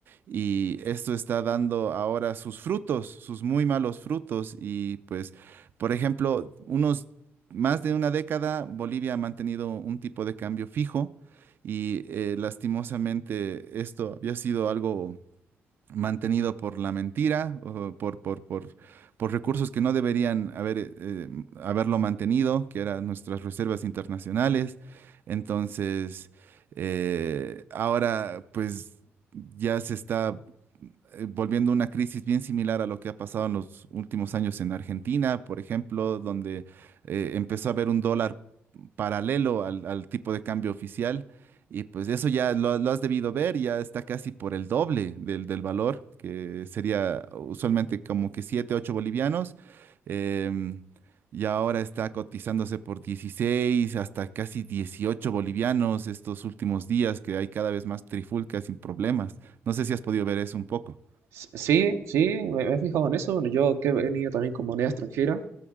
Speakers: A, on the right (about 50°); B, on the right (about 85°).
A: y esto está dando ahora sus frutos, sus muy malos frutos y pues, por ejemplo, unos más de una década Bolivia ha mantenido un tipo de cambio fijo y eh, lastimosamente esto había sido algo mantenido por la mentira, o por, por, por, por recursos que no deberían haber, eh, eh, haberlo mantenido, que eran nuestras reservas internacionales. Entonces, eh, ahora pues ya se está eh, volviendo una crisis bien similar a lo que ha pasado en los últimos años en Argentina, por ejemplo, donde eh, empezó a haber un dólar paralelo al, al tipo de cambio oficial. Y pues eso ya lo, lo has debido ver, ya está casi por el doble del, del valor, que sería usualmente como que 7 8 bolivianos. em, y ahora está cotizándose por 16 hasta casi 18 bolivianos estos últimos días, que hay cada vez más trifulcas sin problemas. No sé si has podido ver eso un poco.
B: S- Sí, sí, me, me he fijado en eso. Bueno, yo que he venido también con moneda extranjera,